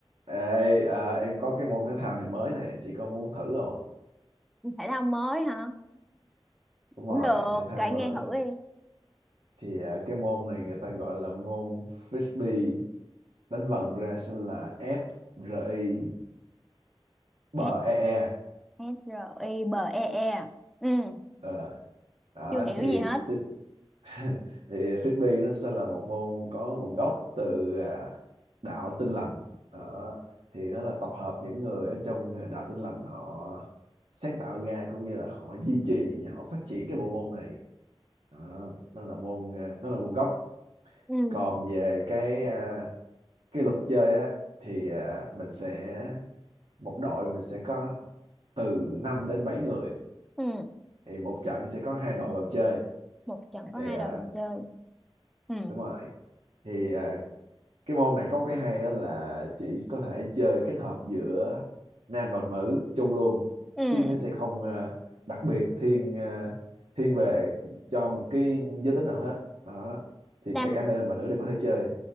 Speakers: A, on the right; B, in the centre.
A: Ê, à, em có cái môn thể thao này mới nè, chị có muốn thử không?
B: thể thao mới hả
A: Đúng rồi,
B: cũng được
A: thể thao
B: kể
A: mới.
B: nghe thử đi
A: Thì à, cái môn này người ta gọi là môn frisbee, đánh vần ra sẽ là F R I B
B: S
A: E E.
B: S R I B E E à? ừ
A: Ờ, đó
B: chưa hiểu
A: thì
B: gì hết
A: fris- <laughs> thì frisbee nó sẽ là một môn có nguồn gốc từ à, đạo Tin lành. Đó. Thì nó là tập hợp những người ở trong à, đạo Tin lành họ sáng tạo ra cũng như là họ duy trì và họ phát triển cái bộ môn này đó, nó là môn ờ, nó là môn gốc
B: Ừ.
A: còn về cái à, cái luật chơi á thì à, mình sẽ một đội mình sẽ có từ 5 đến 7 người
B: ừ
A: thì một trận sẽ có hai đội vào chơi
B: một trận
A: thì
B: có hai
A: à,
B: đội chơi ừ
A: đúng rồi thì à, cái môn này có cái hay đó là chỉ có thể chơi kết hợp giữa nam và nữ chung luôn
B: ừ
A: chứ nó sẽ không à, đặc biệt thiên à, thiên về cho một cái giới tính nào hết đó thì
B: nam
A: cả cả nam và nữ đều có thể chơi